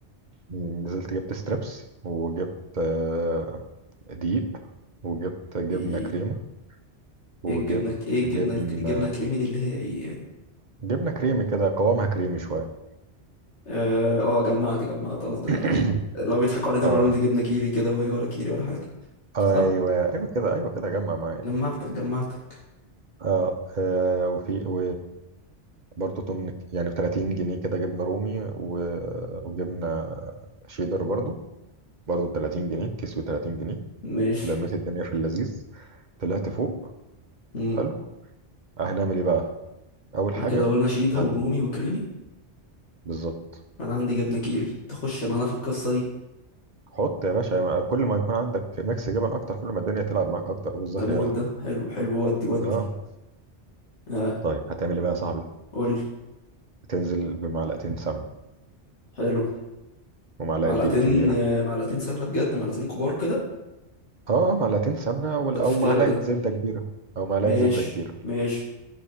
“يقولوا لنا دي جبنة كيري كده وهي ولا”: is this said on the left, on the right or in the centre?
Left